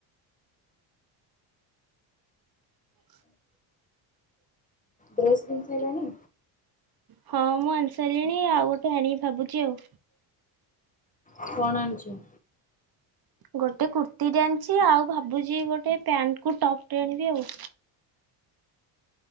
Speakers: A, on the right; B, on the left.
A: ହ <inaudible>
B: ଡ୍ରେସ କିଣି ସାରିଲଣି?
A: ହଁ ମୁଁ ଆଣି ସାରିଲିଣି ଆଉ ଗୋଟେ ଆଣିଵି ଭାବୁଛି ଆଉ।
B: <inaudible> କଣ ଆଣିଚି?
A: ଗୋଟେ କୁର୍ତ୍ତିୀ ଟେ ଆଣିଚି ଆଉ ଭାବୁଛି ଗୋଟେ ପ୍ୟାଣ୍ଟକୁୁ ଟପ୍ ଟେ ଆଣିବି ଆଉ।